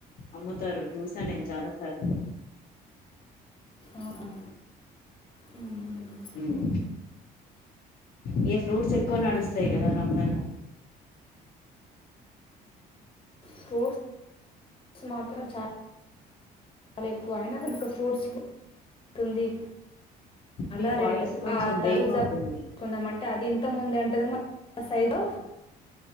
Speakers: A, on the left; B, on the left.
A: అమ్ముతారు, చూసా నేను చాల సా సరే.
B: అవునా మ్మ్.
A: మ్ గిఫ్ ఫ్రూట్స్ ఎక్కువ
B: ఓకే.
A: నడుస్తాయి కదా రంజాన్
B: ఫ్రూట్ మాత్రం చా లా ఎక్కువ. అయినాగాని ఇక్కడ ఫ్రూట్స్ తుంది అలా
A: మీ వాయిస్
B: రేట్.
A: కొంచెం
B: ఆ
A: బ్రేక్
B: తరుగు జా
A: అవుతుంది
B: కుందాం అంటే అది ఇంత ముందు అంటరు మ సైడు